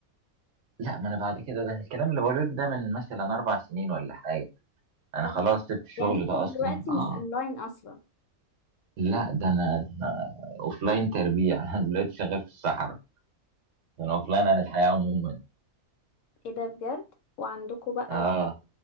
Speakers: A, on the right (about 60°); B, on the left (about 70°).
A: لا ما انا بعد كده ده الكلام اللي بقوله لك ده من مثلا اربع سنين ولا حاجه انا
B: أو
A: خلاص سبت الشغل
B: يعني انت
A: ده
B: دلوقتي
A: اصلا اه
B: مش اونلاين اصلا
A: لا ده انا ده انا اوف لاين تربيع <laughs> انا دلوقتي شغال في الصحراء انا اوف لاين عن الحياه عموما
B: ايه ده بجد وعندكوا بقى
A: اه